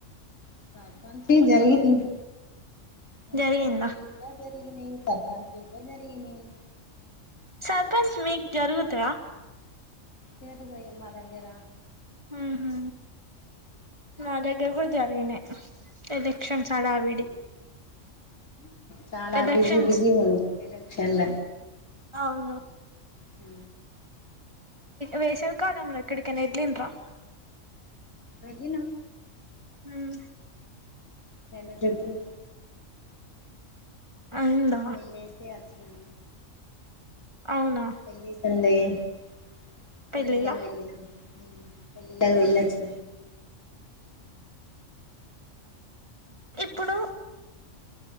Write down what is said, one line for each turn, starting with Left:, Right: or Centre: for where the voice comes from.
Left: <unintelligible> జరిగింది మున్సిపాలిటీ
Right: జరిగిందా
Left: గుడ జరిగినయి సర్పంచ్ వి గుడ జరిగినయ్
Right: సర్పంచ్ మీక్ జరుగుతయ
Left: జరగై మా దగ్గర
Right: ఊహు మా దగ్గర గుడ జరిగినయ్ ఎలెక్షన్స్ హడ విడి
Left: చాల
Right: ఎలక్షన్స్
Left: బిజీ బిజీ ఉంది ఎలక్షన్ల
Right: అవును
Left: హు
Right: వేషవి కాలం లో ఎక్కడికైన <unintelligible>
Left: వెళ్ళిన
Right: హు
Left: రెండు ట్రిప్పుల్
Right: అయింద
Left: వెళ్ళేసే అచ్చిన
Right: అవున
Left: <unintelligible> పెళ్ళిలకి
Right: పెళ్ళిలా
Left: వెళ్ళన పెళ్లిళ్లకు వెళ్ళొచ్చి
Right: ఇప్పుడు